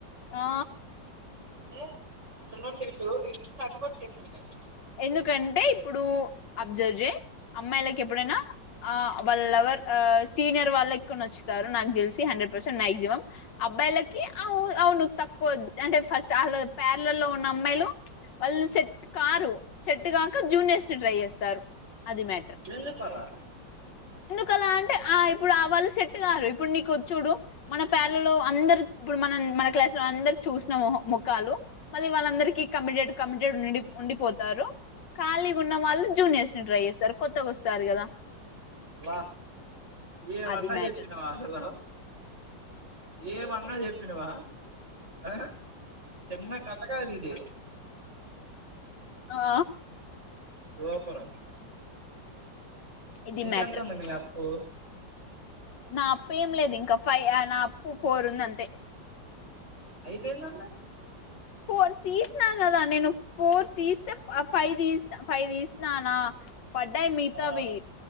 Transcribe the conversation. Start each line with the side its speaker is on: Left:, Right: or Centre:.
Left: ఆ
Right: అంటే అటు నుండి ఇటు ఇటు నుండి అటు కూడా చెప్పింది నేను
Left: ఎందుకంటే ఇప్పుడు అబ్జర్వ్ చేయ్ అమ్మాయిలకి ఎప్పుడైనా వాళ్ళు లవర్ సీనియర్ వాళ్ళ ఎక్కువ నచ్చుతారు నాకు తెలిసి హండ్రెడ్ పర్సెంట్ మ్యాగ్జిమమం అబ్బాయిలకి అవు అవును తక్కువ అంటే ఫస్ట్ వాళ ప్యార్లల్లో ఉన్న అమ్మాయిలు వాళ్ళు సెట్ కారు సెట్ కాక జూనియర్స్ ని ట్రై చేస్తారు అది మ్యాటర్
Right: ఎందుకు అలా
Left: కాలంటే ఆ ఇప్పుడు ఆ వాళ్ళు సెట్ గారు ఇప్పుడు నీకు చూడు మన పేర్లలో అందరు ఇప్పుడు మనం మన క్లాసు లో అందరు చూసిన మోహ ముఖాలు మళ్ళీ వాళ్ళందరికీ కమిటెడ్ కమిటెడ్ ఉండి ఉండిపొ తారు ఖాళీగా ఉన్న వాళ్ళు జూనియర్స్ ని ట్రై చేస్తారు కొత్తగా వస్తారు కదా
Right: వా ఏమన్నా
Left: అది మ్యాటర్
Right: చెప్పినవా అసలు ఏమన్నా చెప్పినవా ఆ చిన్న కథ కాది ఇది
Left: ఆ
Right: సూపరు
Left: ఇది
Right: ఇంకెంత
Left: మ్యాటర్
Right: ఉంది మీ అప్పు
Left: నా అప్పు ఏం లేదు ఇంకా ఫైవ్ నా అప్పు ఫోర్ ఉంది అంతే
Right: అయిపోయిందన్నవ్
Left: ఫోర్ తీసిన కదా నేను ఫోర్ తీస్తే ఫైవ్ తీస ఫైవ్ తీసినాన పడ్డాయి మిగతావి
Right: ఆ